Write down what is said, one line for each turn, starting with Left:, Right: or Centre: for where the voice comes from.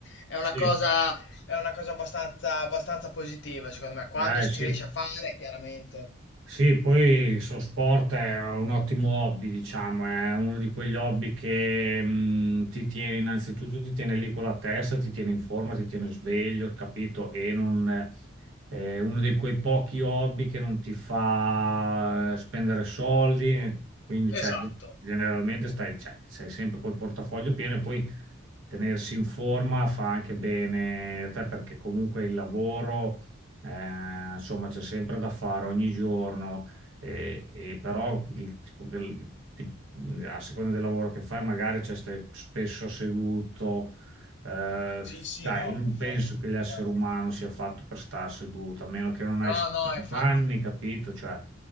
Left: è una
Right: sì,
Left: cosa, è una cosa abbastanza, abbastanza positiva, secondo me, quando
Right: eh,
Left: si
Right: sì.
Left: riesce a fare, chiaramente.
Right: Sì, poi il suo sport è un ottimo hobby, diciamo, è uno di quegli hobby che mh, ti tiene innanzitutto, ti tiene lì con la testa, ti tiene in forma, ti tiene sveglio, capito? E non, è uno di quei pochi hobby che non ti fa eh, spendere soldi, quindi cioè,
Left: Esatto.
Right: generalmente stai, cioè, sei sempre col portafoglio pieno e poi tenersi in forma fa anche bene a te perché comunque il lavoro eh, insomma, c'è sempre da fare ogni giorno, e, e però il tipo che- il ti- a seconda del lavoro che fai, magari cioè, stai spesso seduto. Eh,
Left: Sì, sì,
Right: dai,
Left: no,
Right: io non
Left: infatti,
Right: penso che l'essere
Left: infatti.
Right: umano sia fatto per stare seduto, a meno che non hai
Left: No,
Right: 70
Left: no, infatti,
Right: anni, capito? Cioè,